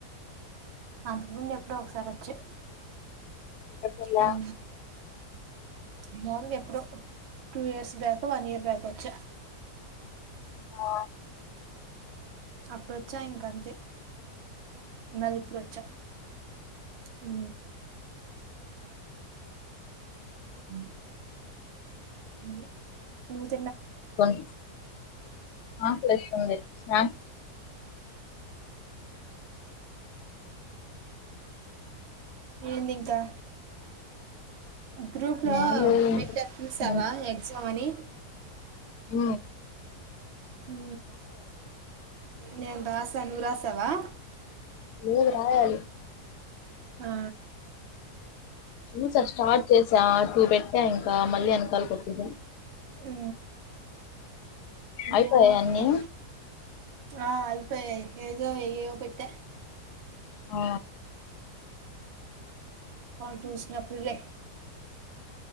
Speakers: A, on the right; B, on the left.
A: అందుకు ముందు ఎప్పుడో ఒకసారి వచ్చే
B: ఎక్కడికి వెళ్ళా
A: ఉ మామూలుగా ఎప్పుడో టూ ఇయర్స్ బ్యాకో వన్ ఇయర్ బ్యాకో వచ్చా
B: ఆ
A: అప్పుడు వచ్చా ఇంకా అంతే మళ్ళీ ఇప్పుడు వచ్చా ఉ ఉ ఎది ఉత్
B: కోన్ ఆకలి ఏస్తుంది స్నా <inaudible>
A: ఏంది ఇంకా గ్రూప్ లో
B: ఏం లేదు
A: పెట్టారు చూసావా
B: ఉమ్,
A: ఎగ్జామ్ అని
B: ఉ
A: ఉ నేను రాశాను నువ్వు రాశావా
B: లేదు రాయాలి
A: ఆ
B: చూసా స్టార్ట్ చేసా టూ పెట్టా ఇంకా మళ్ళీ వెనకాల వచ్చింది
A: ఉ
B: అయిపోయాయి
A: ఏమోలే.
B: అన్నీ
A: ఆ అయిపోయాయి ఏదో ఏయో పేట్ట
B: ఆ
A: ఆ చూసినప్పుడు లే